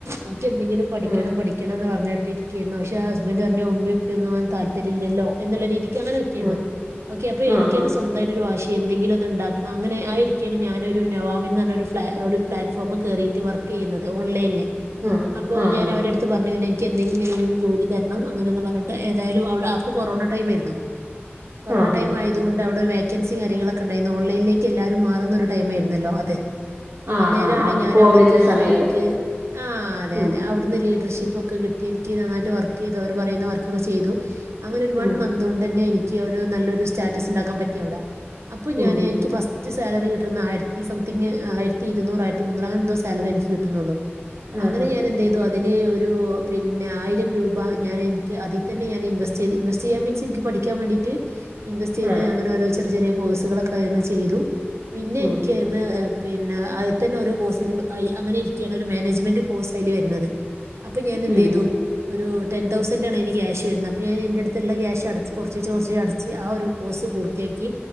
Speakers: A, on the right; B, on the right.
A: ഇ ന്ക്ക് എന്തെങ്കിലും പഠിക്കണം
B: ഉം
A: പഠിക്കണം എന്ന് പറഞ്ഞിട്ടിരിക്കായിരുന്നു പക്ഷെ ഹസ്ബന്റ് പറഞ്ഞു ഉമ്മിം ഉപ്പിം ഒന്നും താൽ പര്യല്ലല്ലോ എന്നുള്ള രീതിക്ക് അങ്ങനൊക്കെ ആയിരുന്നു
B: ഉം
A: ഓക്കെ അപ്പൊ എനിക്ക്
B: ആഹാ
A: തന്നെ സ്വന്തമായിട്ടൊരു വാശി എന്തെങ്കിലും ഒന്ന് ഉണ്ടാക്കണം അങ്ങനെ ആയിരിക്കയാണ് ഞാനൊ രു നവാവിൻ എന്ന് പറഞ്ഞ ഒരു പ്ലാറ്റ്ഫോം കയറിയിട്ട് വർക്ക് ചെയ്യുന്നത് ഓൺലൈനില്
B: ഉം
A: അപ്പോ
B: ആഹാ
A: ഞാൻ അവരുടെ അടുത്ത് പറഞ്ഞീന് എനിക്കെന്തെങ്കിലും ജോലി തരണം അങ്ങനെന്ന് പറഞ്ഞിട്ട് ഏതായാലും അവിടെ അപ്പൊ കൊറോണ ടൈം ആയിരുന്നു കൊറോണ
B: ആഹാ
A: ടൈം ആയതോണ്ട് അവിടെ വേക്കൻസി കാര്യങ്ങളൊക്കെ ഉണ്ടായിരുന്നു ഓൺലൈനേക്ക് എല്ലാവരും മാറുന്നൊരു ടൈമേ ന്നല്ലോ അതെ
B: ആഹാ
A: അന്നേരാണ്
B: അം
A: ഞൻ
B: കോവിഡിന്റെ
A: അവ്ടെ കേറീക്ക്
B: സമയത്ത്
A: ആ. ആ അതെ
B: ഉം
A: അതെ അവിടുന്ന് ലീഡർഷിപ്പൊക്കെ
B: ഉം
A: കിട്ടി ട്ടി എനിക്ക് നന്നായിട്ട് വർക്കെയ്തു അവർ പറയുന്ന വർക്കൊക്കെ ചെയ്തു. അങ്ങനെ ഒരു വൺ
B: ഉം
A: മന്തോണ്ടെന്നെ എനിക്ക് ക്ക് നല്ലൊരു സ്റ്റാറ്റസ് ഉണ്ടാക്കാൻ പറ്റിയവിടെ. അപ്പൊ
B: ഉം
A: ഞാന്
B: ഉം ഉം
A: എനിക്ക്
B: ഉം
A: ഫസ്റ്റ് സാലറി കിട്ടുന്ന ആയിര ത്തി സംതിങ് ആയിരത്തി ഇരുന്നൂറ് ആയിരത്തി മൂന്നൂറ് അങ്ങനെന്തോ സാലറി എനിക്ക് കിട്ടുന്ന് പറഞ്ഞു.
B: ആഹാ
A: അങ്ങനെ ഞാൻ എന്തെയ്തു അതിൽ ഒരു പിന്നെ ആയിരം രൂപ ഞാൻ എനിക്ക് അതി തന്നെ ഞാൻ ഇൻവെസ്റ്റ് ചെയ്തു. ഇൻവെസ്റ്റയ്യാൻ മീൻസ് ഇൻക്ക് പഠിക്കാൻ വേണ്ടീട്ട് ഇൻവെസ്റ്റ് ചെയ്ത്,
B: ആ
A: അങ്ങനോരോ ചെറിയ ചെറിയ കോഴ്സുകളൊക്കെ അതിന്ന്ചെയ്തു പിന്നെ
B: ഉം
A: എനി
B: ഉം
A: പിന്നെ പിന്നെ അയ്തന്നെ ഓരോ കോഴ്സരും, അങ്ങനെ ഇരിക്കാണ് ഒരു മാനേജ്മെന്റ് കോസയ്‌ല് വരുന്നത്. അപ്പൊ ഞാനെന്ത്യ്തു
B: ഉം ഉം
A: ഒരു ടെൻ തൗസൻ്റാണയ്ന് ക്യാശ് വരുന്നത്. അപ്പോ ഞാ എൻ്റെടുത്തുള്ള ക്യാശടച്ച് കൊറച്ചിച്ചെ കൊറച്ചീച്ചടച്ച് ആ ഒരു കോഴ്സ് പൂർത്തിയാ ക്കി